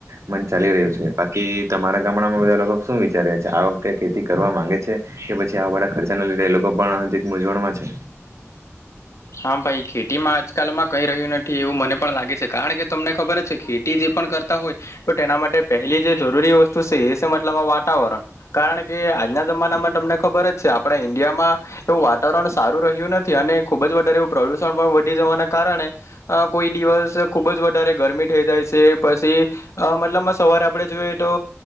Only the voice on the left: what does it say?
હા ભાઈ ખેતીમાં આજકાલમાં કઈ રહ્યું નથી એવું મને પણ લાગે છે. કારણ કે તમને ખબર જ છે ખેતી જે પડ કરતા હોય તો તેના માટે પહેલી જે જરૂરી વસ્તુ છે. એ છે મતલબ વાતાવરણ કારણ કે આજના જમાનામાં તમને ખબર જ છે. આપણા ઈન્ડિયામાં એવું વાતાવરણ સારું રહ્યું નથી અને ખુબ જ વધારે એ પ્રદુષણ પણ વધી જવાના કારણે કોઈ દિવસ ખુબ જ વધારે ગરમી થઈ જાય છે. પછી મતલબમાં સવારે આપડણે જોઈએ તો